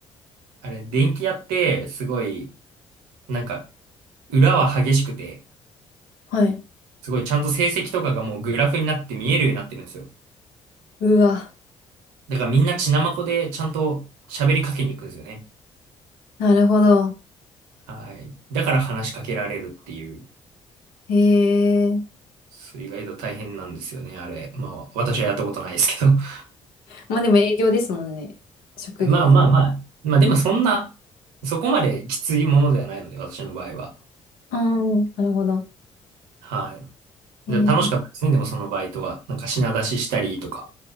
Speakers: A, on the right; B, on the left.
A: あれ、電気屋って、すごい、なんか、裏は激しくて、
B: はい。
A: すごいちゃんと成績とかがもうグラフになって見えるようになってるんですよ。
B: うわ、
A: だからみんな血まこでちゃんと喋りかけに行くんですよね。
B: なるほど。
A: はい。だから話しかけられるっていう、
B: へえ。
A: そう意外と大変なんですよね、あれ。まあ、私はやったことないですけど。<laughs>
B: まあでも営業ですもんね。職業。
A: まあまあまあ、まあでもそんな、そこまできついものではないので、私の場合は。
B: ああ、なるほど。
A: はい。
B: えー、
A: で、楽しかったですね、でもそのバイトは。なんか品出ししたりとか。